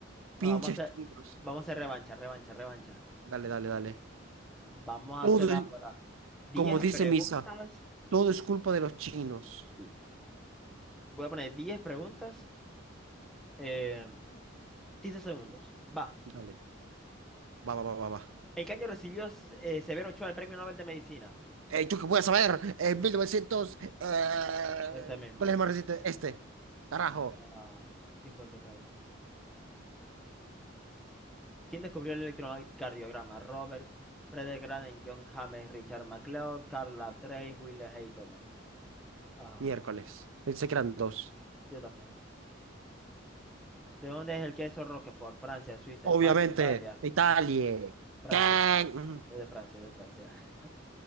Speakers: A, on the right; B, in the centre.
A: Pinches
B: Bueno, vamos a hacer,
A: chinos.
B: vamos a hacer revancha, revancha, revancha.
A: Dale, dale, dale.
B: Vamos a
A: Todo
B: hacer ahora
A: es-
B: diez
A: como dice
B: preguntas.
A: Misa, todo es culpa de los chinos.
B: Sí. Voy a poner 10 preguntas en 15 segundos. Va.
A: Dale. Va, va, va, va, va.
B: ¿En qué año recibió eh, Severo Ochoa el Premio Nobel de Medicina?
A: Eh, ¿yo qué voy a saber? En
B: No
A: 1900.
B: sé.
A: eh,
B: Este mismo.
A: ¿cuál es el más reciente? Este. Carajo.
B: Ah, Cincuenta y nueve. ¿Quién descubrió el electrocardiograma? Robert Frederick Graden, John James, Richard MacLeod, Karl Lamb Trace, Wilhelm Heitmann. Ah,
A: Miércoles. Pensé que eran dos.
B: yo también. ¿De dónde es el queso Roquefort? Francia, Suiza,
A: Obviamente,
B: España, Italia.
A: Italia.
B: Francia.
A: ¿Qué? Mm.
B: Es de Francia, es de Francia. <laughs>